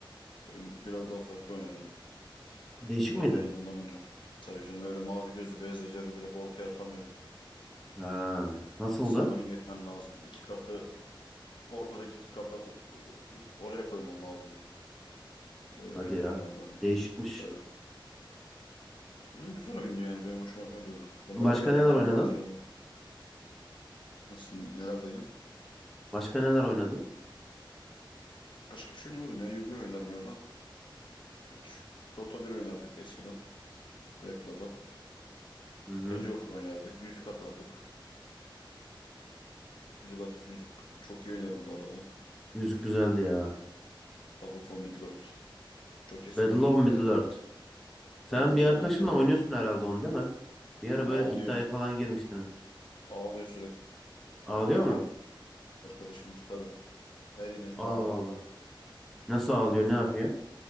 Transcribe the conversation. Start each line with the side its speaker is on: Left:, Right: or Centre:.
Left: Oyun biraz daha farklı oynanıyordu.
Centre: Değişik
Left: Ben Biraz
Centre: miydi?
Left: oynadığımdan biliyorum. Tabii canım öyle mavi gözlü beyaz ejderi direkt ortaya atamıyordun.
Centre: Ha, nasıldı?
Left: Summoning etmen lazımdı. İki kartı ortadaki iki kartı atıp o- oraya koyman lazımdı. Öyle
Centre: Hadi
Left: oynanıyor
Centre: ya.
Left: normalde.
Centre: Değişikmiş.
Left: Tabii. Hı, güzel oyundu yani benim hoşuma gidiyordu. Ben
Centre: Başka
Left: bayağı oynadım
Centre: neler
Left: ya
Centre: oynadın?
Left: yıllarca oynadım. Nasıl neler dedin?
Centre: Başka neler oynadın?
Left: Başka bir şey oynamadım ya. Yu-Gi-Oh oynarım öyle. Yani şu Dota bir oynardık eskiden. Wepla'da.
Centre: Hı hı.
Left: Age of oynardık. Yüzük atardık. Yüzük at, yüzük çok iyi oynarım bu arada.
Centre: Müzik güzeldi ya.
Left: Battle for Middle-earth. Çok eski
Centre: Battle
Left: oyundur
Centre: of
Left: ya.
Centre: Middle-earth. Sen
Left: Battle for
Centre: bir arkadaşınla
Left: Middle-earth.
Centre: oynuyorsun herhalde onu değil mi? Bir
Left: Hmm,
Centre: ara böyle
Left: ağlıyor.
Centre: iddiaya falan girmiştiniz.
Left: Ağlıyor sürekli.
Centre: Ağlıyor
Left: Ağlayan
Centre: mu?
Left: bir arkadaşımız tabii. Her yenildiğinde
Centre: Allah
Left: ağlıyor.
Centre: Allah. Nasıl ağlıyor?
Left: Çünkü
Centre: Ne yapıyor?